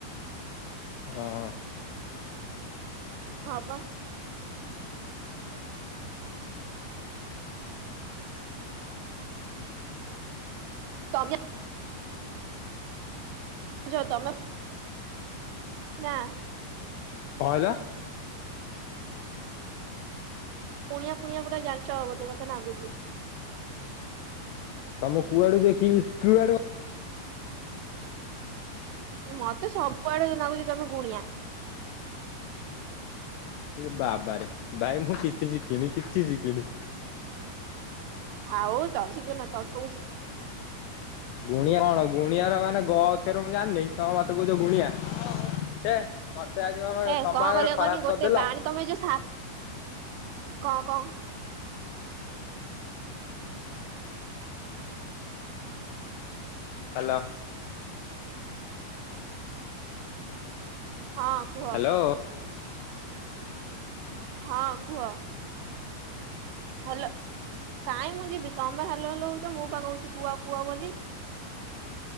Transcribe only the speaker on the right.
ହଁ ପା। ତୋମେ ଯ ତମେ ନା।
ଗୁଣିଆ ଫୁଣିଆ ପୁରା ଜାଣିଚ ଆଉ ବୋଧେ ମୋତେ ନାଗୁଚି ।
ମୋତେ ସବୁ କୁଆଡେ ତ ନାଗୁଚି ତୋମେ ଗୁଣିଆ।
ଆଉ <unintelligible> କହୁଛୁ <inaudible>
ଏ
କରିବା
କହନି ଗୋଟେ
ବାଣୀ ତମେ ଯୋଉ ସା କଣ କଣ
ହଁ କୁହ।
ହଁ କୁହ ହଲୋ କାଇଁ ମୁଁ ଯିବି ତୋମେ ହାଲ ହାଲ ହଉଚ ମୁଁ ପା କହୁଚି କୁଅ କୁଅ ବୋଲି।